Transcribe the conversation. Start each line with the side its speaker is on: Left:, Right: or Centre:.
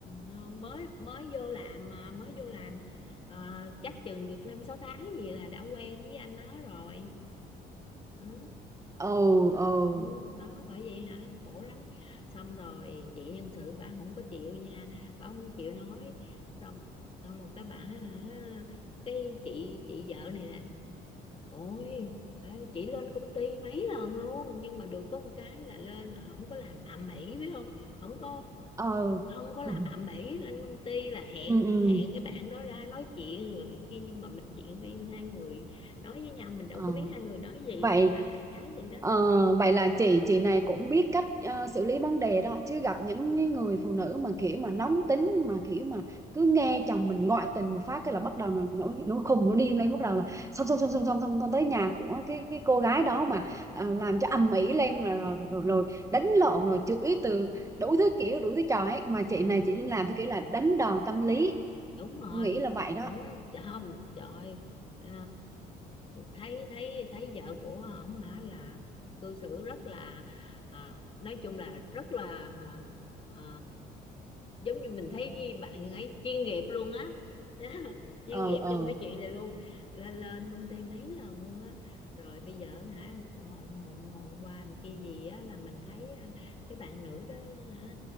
Left: ngon mới mới vô làm mà mới vô làm Ờ, chắc chừng được năm sáu tháng gì là đã quen với anh đó rồi đó
Right: ừ
Left: Ồ,
Right: ừ
Left: đó bởi vậy hả khổ lắm xong rồi chị nhân sự bà không có chịu nha bà không có chịu nói xong xong một cái bà hả cái chị chị vợ này nè ôi bà ơi, chị lên công ty mấy lần luôn nhưng mà được có một cái là lên là không có làm ầm ĩ biết không không có
Right: ừ
Left: không có
Right: <laughs>
Left: làm ầm ĩ lên công ty là hẹn
Right: ừ ừ
Left: hẹn cái bạn đó ra nói chuyện rồi này kia nhưng mà mình chuyện riêng hai người nói với nhau mình đâu
Right: Ờ.
Left: có biết hai người nói gì
Right: vậy
Left: nhưng mà đại khái vậy đó
Right: ờ, vậy là chị chị này cũng biết cách ờ, xử lý vấn đề đó chứ gặp những cái người phụ nữ mà kiểu mà nóng tính mà kiểu mà cứ nghe chồng mình ngoại tình một phát cái là bắt đầu nó nó, nó khùng nó điên lên bắt đầu là xong xong xong xong xong xong xong tới nhà của cái cái cô gái đó mà ờ, làm cho ầm ĩ lên rồi, rồi, rồi, rồi đánh lộn rồi chửi từ đủ thứ kiểu đủ thứ trò ấy mà chị này chỉ làm theo kiểu là đánh đòn tâm lý
Left: đúng rồi
Right: nghĩ là vậy đó
Left: ừ, không trời ờ, thấy thấy thấy vợ của ổng hả là cư xử rất là à, nói chung là rất là à, ờ, giống như mình thấy bạn ấy chuyên nghiệp luôn á <laughs> chuyên
Right: ờ
Left: nghiệp
Right: ờ
Left: trong cái chuyện này luôn là lên công ty mấy lần luôn á rồi bây giờ hả hôm hôm hôm qua một kia gì á là mình thấy à, cái bạn nữ đó hả,